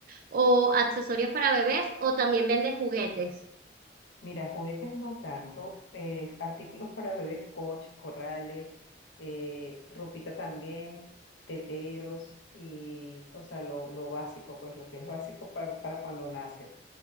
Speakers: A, on the right; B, on the left.
A: o accesorios para bebés o también vendes juguetes?
B: Mira, juguetes no tanto, eh, artículos para bebés, coches, corrales, eh, ropita también, teteros y, o sea, lo, lo básico, pues lo que es básico para, para cuando nace,